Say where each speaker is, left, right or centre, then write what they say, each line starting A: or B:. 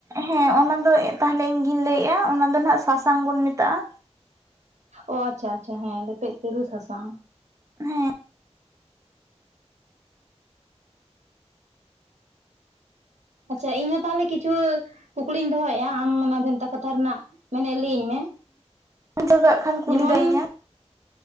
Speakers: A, on the right (about 25°); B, on the right (about 85°).
A: ᱦᱮᱸ ᱚᱱᱟ ᱫᱚ ᱛᱟᱦᱚᱞᱮ ᱤᱧ ᱜᱤᱧ ᱞᱟᱹᱭᱮᱫᱼᱟ᱾ ᱚᱱᱟ ᱫᱚ ᱱᱟᱜ ᱥᱟᱥᱟᱝ ᱵᱚᱱ ᱢᱮᱛᱟᱜᱼᱟ᱾
B: ᱚ ᱟᱪᱪᱷᱟ ᱟᱪᱪᱷᱟ ᱦᱮᱸ ᱞᱮᱯᱮᱡ ᱛᱮᱤᱨᱩ ᱥᱟᱥᱟᱝ᱾
A: ᱦᱮᱸ
B: ᱟᱪᱪᱷᱟ ᱤᱧᱦ ᱛᱟᱦᱚᱞᱮ ᱠᱤᱪᱷᱩ ᱠᱩᱠᱞᱤᱧ ᱫᱚᱦᱚᱭᱮᱜᱼᱟ᱾ ᱟᱢ ᱚᱱᱟ ᱵᱷᱮᱱᱛᱟ ᱠᱟᱛᱷᱟ ᱨᱮᱱᱟᱜ ᱢᱮᱱᱮᱫ ᱞᱟᱹᱭᱟᱹᱧ ᱢᱮ᱾
A: ᱡᱚᱜᱟᱜ ᱠᱷᱟᱱ ᱠᱩᱞᱤ
B: ᱡᱮᱢᱚᱱ
A: ᱫᱟᱲᱮᱧᱟ